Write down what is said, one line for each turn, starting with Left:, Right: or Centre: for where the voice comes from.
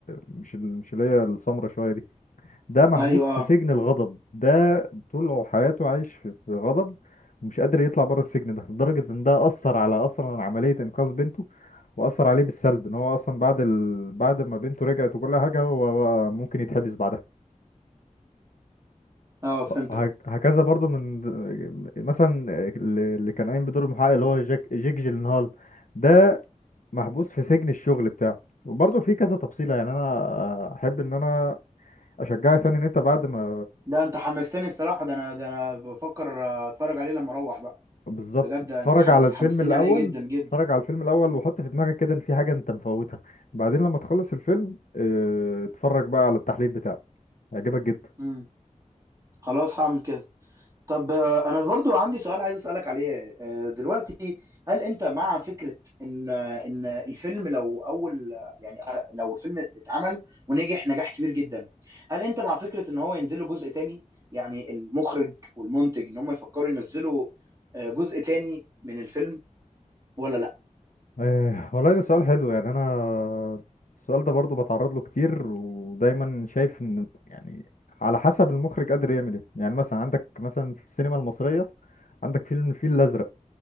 Left: مش ال مش اللي هي السمرة شوية دي. ده محبوس
Right: ايوه
Left: في
Right: اه
Left: سجن الغضب ده طول حياته عايش في في غضب ومش قادر يطلع بره السجن ده لدرجة ان ده أثر على أصلا عملية إنقاذ بنته وأثر عليه بالسلب ان هو أصلا بعد ال... بعد ما بنته رجعت وكل حاجة هو بقى ممكن يتحبس بعدها
Right: اه فهمتك
Left: وه- هكذا برضو من مثلا اللي كان قايم بدور المحقق اللي هو جاك جيك جيلنهال ده محبوس في سجن الشغل بتاعه وبرضه في كذا تفصيلة يعني أنا أحب إن أنا أشجعك يعني إن أنت بعد ما
Right: ده انت حمستني الصراحه ده انا ده انا بفكر آه، اتفرج عليه لما اروح بقى
Left: بالظبط
Right: بجد
Left: اتفرج
Right: انت حمست
Left: على الفيلم
Right: حمستني
Left: الاول
Right: عليه جدا جدا
Left: اتفرج على الفيلم الاول وحط في دماغك كده ان في حاجه انت مفوتها بعدين لما تخلص الفيلم اه، اتفرج بقى على التحليل بتاعه هيعجبك جدا
Right: امم خلاص هعمل كده طب آه، انا برضو عندي سؤال عايز اسالك عليه آه، دلوقتي هل انت مع فكره ان ان الفيلم لو اول يعني لو الفيلم اتعمل ونجح نجاح كبير جدا هل انت مع فكره ان هو ينزل له جزء تاني يعني المخرج والمنتج ان هم يفكروا ينزلوا آه، جزء تاني من الفيلم ولا لا
Left: اه، والله ده سؤال حلو يعني انا السؤال ده برضو بتعرض له كتير ودايما شايف ان يعني على حسب المخرج قادر يعمل ايه يعني مثلا عندك مثلا في السينما المصريه عندك فيلم الفيل الازرق